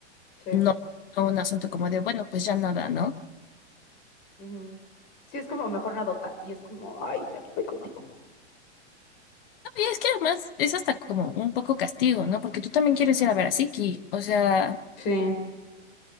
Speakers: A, on the left (about 25°); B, on the left (about 55°).
A: Sí.
B: no, no un asunto como de, bueno, pues ya nada, ¿no?
A: ujú. Sí, es como mejor nadota. Y es como, ay, ya no voy contigo.
B: Es que además es hasta como un poco castigo, ¿no? Porque tú también quieres ir a ver a Siki, o sea,
A: Sí.